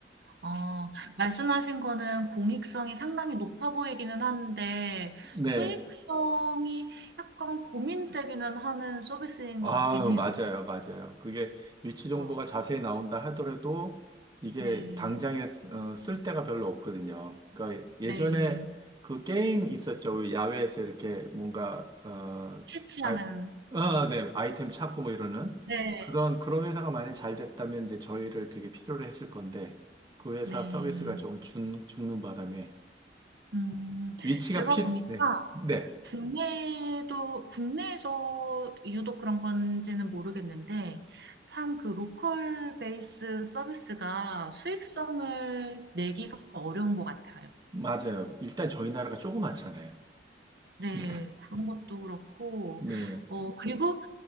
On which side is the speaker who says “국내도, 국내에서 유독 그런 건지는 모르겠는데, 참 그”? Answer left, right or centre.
Right